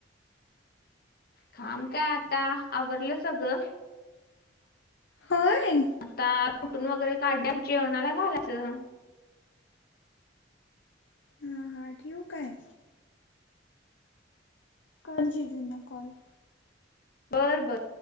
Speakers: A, on the left; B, on the left.
A: कााम काय आता आवरलं सगळं.
B: होय.
A: आता रोटून वगैरे काढल्यास जेवणाला घालायचं.
B: हा हा ठीक आहे. कलजी जुना कॉल --
A: बर बर.